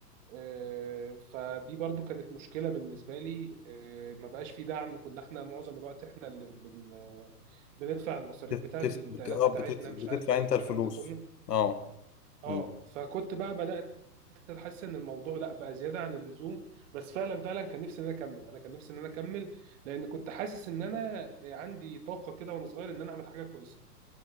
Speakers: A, on the right; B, on the left.
A: إيه، فدي برضو كانت مشكله بالنسبه لي إيه، ما بقاش في دعم كنا احنا معظم الوقت احنا اللي بن- بندفع المصاريف
B: بت...
A: بتاعه
B: بتس-
A: الانتقالات
B: بت... آه،
A: بتاعتنا
B: بتت... بتدفع
A: مش عارف ايه
B: انت
A: الكلام
B: الفلوس
A: ده كله
B: اه
A: اه
B: مم.
A: فكنت بقى بدات احس ان الموضوع لا بقى زياده عن اللزوم بس فعلا فعلا كان نفسي ان انا اكمل انا كان نفسي ان انا اكمل لان كنت حاسس ان انا عندي طاقه كده وانا صغير ان انا اعمل حاجه كويسه